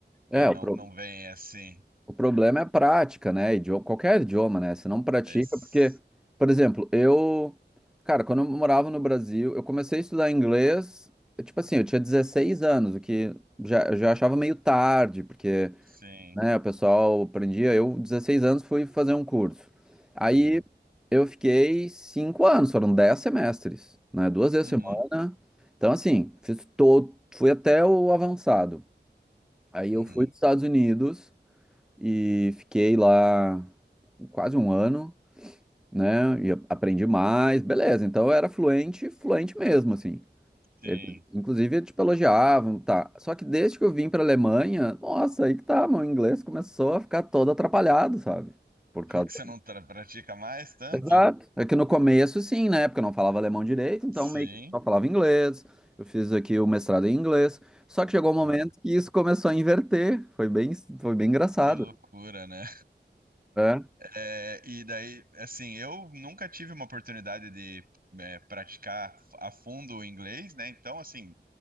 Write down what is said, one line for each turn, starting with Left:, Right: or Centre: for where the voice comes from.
Centre: É,
Right: e não,
Centre: o pro-
Right: não vem assim.
Centre: O problema é a prática, né? Idioma, qualquer idioma, né? Você não pratica,
Right: Esse-
Centre: porque, por exemplo, eu, cara, quando eu morava no Brasil, eu comecei a estudar inglês, eh, tipo assim, eu tinha 16 anos, o que já, eu já achava meio tarde, porque,
Right: Sim.
Centre: né, o pessoal aprendia. Eu, 16 anos, fui fazer um curso. Aí
Right: Uhum.
Centre: eu fiquei 5 anos, foram 10 semestres, né? Duas vezes
Right: Uhum.
Centre: a semana. Então, assim, fiz todo, fui até o avançado. Aí eu
Right: Uhum,
Centre: fui para os Estados Unidos e fiquei lá quase um ano, né? E a- aprendi mais, beleza. Então eu era fluente, fluente mesmo, assim.
Right: sim.
Centre: Eles, inclusive, tipo, elogiavam, tá? Só que desde que eu vim pra Alemanha, nossa, aí que tá, meu inglês começou a ficar todo atrapalhado, sabe? Por
Right: Porque
Centre: causa.
Right: você não tra- pratica mais tanto?
Centre: Exato. É que no começo, sim, né? Porque eu não falava alemão direito, então
Right: Sim.
Centre: meio que só falava inglês. Eu fiz aqui o mestrado em inglês. Só que chegou um momento
Right: Aham.
Centre: que isso começou a inverter. Foi bem, foi bem engraçado.
Right: Que loucura, né?
Centre: É.
Right: É, e daí, assim, eu nunca tive uma oportunidade de é, praticar a fundo o inglês, né? Então, assim,